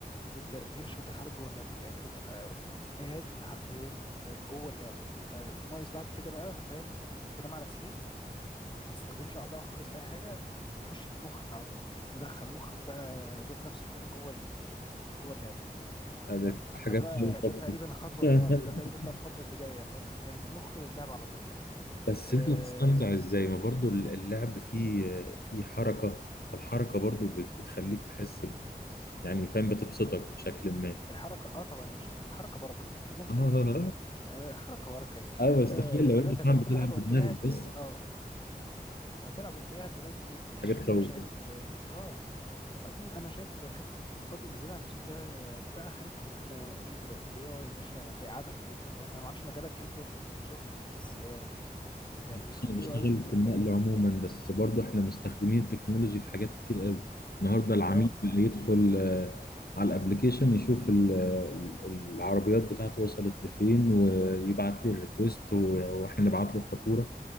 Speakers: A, on the left (about 30°); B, on the left (about 70°).
A: انت دي مش بتدخلك جوه اللعبه يعني انت بتبقى قاعد انت حرفيا انت جوه اللعبه انت ناقص بعد كده بقى فاهم تنام على سرير ما تستخدمش اعضائك خالص في اي حاجه تخش بمخك على طول يدخل مخك بقى ذات نفسه كده جوه ال- جوه اللعب
B: آه، ده
A: فاهم
B: تبقى حاجات
A: فده بقى
B: ليها
A: ده
B: أكتر
A: تقريبا الخطوه
B: <laughs>
A: اللي اه ده تقريبا بقى الخطوه اللي جايه فاهم من المخ للعب على طول يعني
B: بس
A: آه
B: انت بتستمتع ازاي ما برضو اللعب فيه فيه حركة فالحركة برضو بت- بتخليك تحس ب- يعني فاهم بتبسطك بشكل ما
A: الحركه اه طبعا يا باشا الحركه بركه خلينا متفقين
B: اه اه
A: آه الحركه بركه يا باشا
B: آه،
A: انت
B: بس تخيل لو
A: دلوقتي
B: انت
A: هتعمل
B: فاهم بتلعب
A: كل حاجه وانت
B: بدماغك
A: قاعد
B: بس
A: اه هتلعب وانت قاعد دلوقتي مفيش
B: حاجات
A: فين
B: تخوف
A: يا باشا يعمل اه آه. أظن أنا شايف حتة التقدم الزيادة عن اللزوم ده ما ده آخرتها هو إحنا إيه دلوقتي ال AI يا باشا هيقعدنا في بيوتنا فاهم أنا ما أعرفش مجالك إيه في ال- في الشغل بس آه، يعني
B: بص انا
A: ال AI
B: بشتغل في
A: إحنا
B: النقل
A: ب-
B: عموما بس برضو احنا مستخدمين التكنولوجي في حاجات كتير قوي النهارده العميل
A: آه آه
B: بقى يدخل آه، على الابليكيشن يشوف ال- ال- العربيات بتاعته وصلت لفين ويبعت لي الريكوست واحنا نبعت له الفاتوره